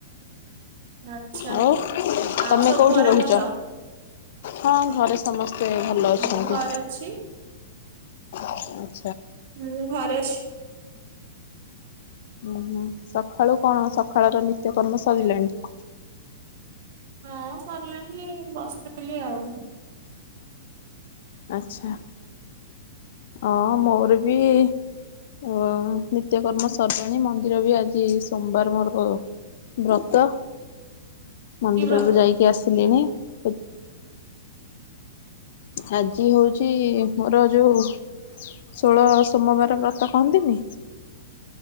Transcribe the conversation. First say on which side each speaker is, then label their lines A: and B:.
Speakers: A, on the right; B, on the left.
A: ଆଚ୍ଛା
B: ହଉ ତମେ
A: ଆଉ ସବୁ
B: କୋଉଠି
A: ଘରେ
B: ରହୁଛ?
A: ଭଲ?
B: ହଁ ଘରେ ସମସ୍ତେ ଭଲ ଅଛନ୍ତି।
A: ମୁଁ ଘର ଅଛି
B: ହୁଁ
A: ମୁଁ ଘରେ ଅଛି
B: ଓହୋ ସକାଳୁ କଣ ସକାଳ ର ନିତ୍ୟକର୍ମ ସରିଲାଣି
A: ହଁ ସରିଲାଣି ବସିି ଆଉ
B: ଆଛା ହ ମୋର ବି ଅ ନିତ୍ୟକର୍ମ ସରିଲାଣି ମନ୍ଦିର ବି ଆଜି ସୋମବାର ମୋର ବ୍ରତ ମନ୍ଦିରରୁୁ
A: କି ବ୍ରତ?
B: ଯାଇକି ଆସିଲିଣି। <unintelligible> ଆଜି ହଉଚି ମୋର ଯୋଉ ଷୋଳ ସୋମବାର ବ୍ରତ କହନ୍ତିନି